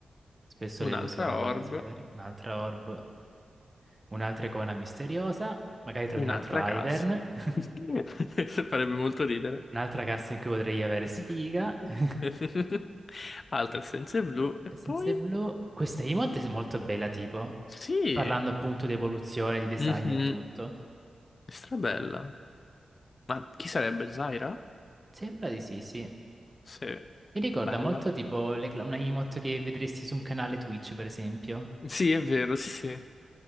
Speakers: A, on the right (about 20°); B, on the left (about 40°).
A: Spesso le
B: Un'altra
A: uso volentieri.
B: orb,
A: Un'altra orb, un'altra icona misteriosa. Magari trovi
B: un'altra
A: un altro
B: cassa.
A: Ivern. <laughs>
B: <laughs> Farebbe molto ridere.
A: Un'altra cassa in cui potrei avere sfiga.
B: <laughs>
A: <laughs>
B: Altre essenze blu. E
A: Essenze
B: poi...
A: blu. Questa emote è molto bella, tipo.
B: Sì.
A: Parlando appunto di evoluzione, di design
B: Mhm.
A: e tutto.
B: Strabella. Ma chi sarebbe? Zaira?
A: Sembra di sì, sì. Mi
B: Sì.
A: ricorda
B: Bella.
A: molto tipo le cla- una emote che vedresti su un canale Twitch, per esempio.
B: Sì, è vero, sì, sì.